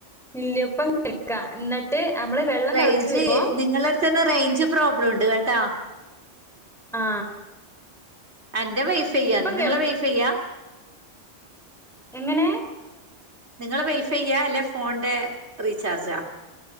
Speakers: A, in the centre; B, on the right.
A: ഇല്ല പ്പം കേൾക്ക ന്ന്ട്ട് നമ്മള് വെള്ളം
B: റെയ്ഞ്ച്
A: തിളച്ച് വരുമ്പോ
B: റെയ്ഞ്ച് നിങ്ങളെട്ത്തെന്നെ റെയ്ഞ്ച് പ്രോബ്ലം ഉണ്ട് കേട്ടോ
A: ആ
B: അന്റെ വൈഫൈയ്യാന്ന്
A: ഇപ്പം
B: നിങ്ങളെ
A: കേൾക്ക്
B: വൈഫൈയ്യാ
A: എങ്ങനെ
B: നിങ്ങളെ വൈഫൈയ്യ അല്ലെ ഫോൺന്റെ റീചാർജാ